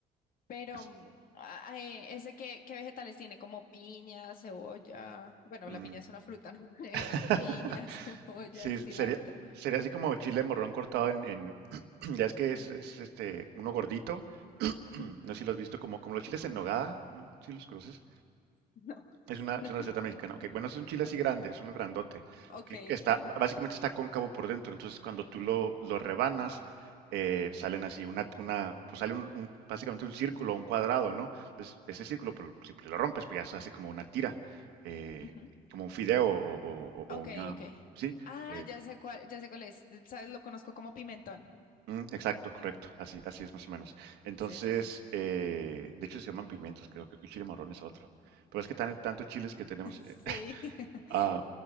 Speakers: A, on the left; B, on the right.
A: Pero
B: Es-
A: mm, a- a- eh, ese qué, qué vegetales tiene, como piña, cebolla. Bueno,
B: Mm.
A: la piña es una fruta, ¿no? <laughs> Eh,
B: <laughs>
A: piña, <laughs> cebolla,
B: Sí,
A: cilantro.
B: sería, sería así como chile morrón cortado en, en- <clears throat> ya es que es, es, este uno gordito. <clears throat>
A: Ujú.
B: No sé si lo has visto como, como los chiles en nogada, ¿no? Si los conoces.
A: No,
B: Es
A: <laughs>
B: una, es
A: no,
B: una receta
A: no.
B: mexicana. Ok, bueno, es un chile
A: O-
B: así grande, es uno grandote,
A: Ok,
B: que que está,
A: ok.
B: básicamente está cóncavo por dentro. Entonces, cuando tú lo, lo rebanas, eh, salen así, una, una, pues sale un, un- básicamente un círculo, un cuadrado, ¿no? Entonces, ese círculo, pues, si lo rompes, pues ya se hace como una tira, eh,
A: Ujú.
B: como un fideo o, o- o- o
A: Ok,
B: una,
A: ok.
B: ¿sí?
A: Ah,
B: Eh,
A: ya sé cuál, ya sé cuál es. ¿Sabes? Lo conozco como pimentón.
B: Mm, exacto, correcto. Así, así es más o menos. Entonces,
A: Sí, sí, sí.
B: eh, de hecho se llaman pimientos, creo, creo que chile marrón es otro. Pero es que tan, tantos chiles que tenemos
A: <laughs> Sí.
B: eh,
A: <laughs>
B: a,